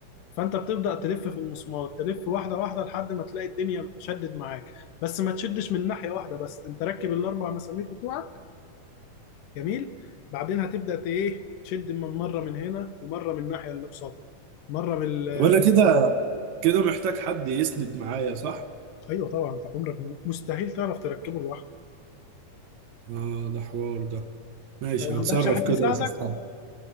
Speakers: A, on the left (about 80°); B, on the right (about 70°).
A: فانت بتبدا تلف في المسمار تلف واحده واحده لحد ما تلاقي الدنيا شدت معاك بس ما تشدش من ناحيه واحده بس انت ركب الاربع مسامير بتوعك جميل بعدين هتبدا ت- ايه تشد من مره من هنا ومره من الناحيه اللي قصادها مره من ال...
B: طب انا كده كده محتاج حد يسند معايا صح
A: ايوه طبعا انت عمرك مستحيل تعرف تركبه لوحدك
B: اه ده حوار ده ماشي
A: انت ما صعب
B: هتصرف
A: عندكش جدا حد يساعدك
B: كده واشوف حاجة